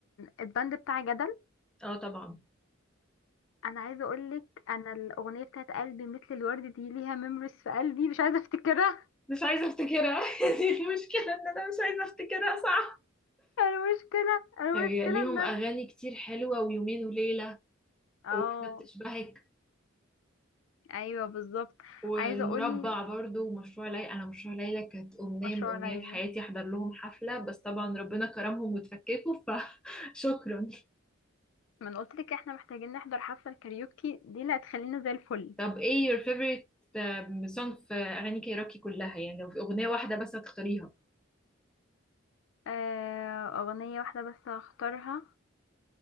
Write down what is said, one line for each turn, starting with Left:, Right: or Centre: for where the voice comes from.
Left: الباند بتاع جدل
Centre: اه طبعا
Left: أنا عايزة أقولك أنا الأغنية بتاعة قلبي مثل الورد دي ليها ميموريز في قلبي مش عايزة أفتكرها
Centre: مش عايزة افتكرها <laughs> دي المشكلة ان انا مش عايزة افتكرها صح
Left: <laughs> المشكلة المشكلة
Centre: هي ليهم
Left: إن أنا
Centre: اغاني كتير حلوة ويومين وليلة
Left: اه
Centre: وواحدة بتشبهك
Left: أيوه بالظبط
Centre: والمربع
Left: عايزة أقولك
Centre: برضو ومشروع ليلى انا مشروع ليلى كانت امنية
Left: مشروع
Centre: من امنيات
Left: ليلى
Centre: حياتي احضر لهم حفلة بس طبعا ربنا كرمهم وتفككوا فشكرا
Left: ما أنا قلتلك احنا محتاجين نحضر حفلة كاريوكي دي اللي هتخلينا زي الفل
Centre: <laughs> طب ايه your favorite آه، song في اغاني كايروكي كلها يعني لو في اغنية واحدة بس هتختاريها
Left: آه، أغنية واحدة بس هختارها